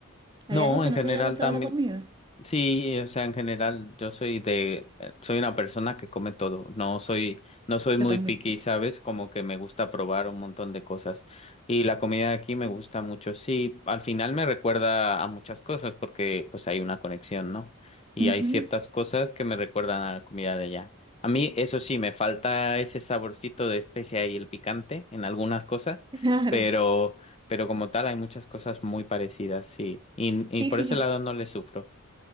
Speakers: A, on the right (about 20°); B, on the left (about 30°).
A: ¿Hay
B: No,
A: algo que
B: en
A: no
B: general
A: te haya gustado
B: también.
A: la comida?
B: Sí, o sea, en general, yo soy de, eh, soy una persona que come todo. No soy, no soy
A: Yo
B: muy
A: también.
B: picky, ¿sabes? Como que me gusta probar un montón de cosas. Y la comida de aquí me gusta mucho. Sí, al final me recuerda a muchas cosas porque pues hay una conexión, ¿no? Y
A: Ujú,
B: hay ciertas cosas que me recuerdan a la comida de allá. A mí, eso sí, me falta ese saborcito de especia y el picante en algunas cosas,
A: <laughs> Claro.
B: pero, pero como tal hay muchas cosas muy parecidas, sí. Y,
A: Sí,
B: y por
A: sí.
B: ese lado no le sufro.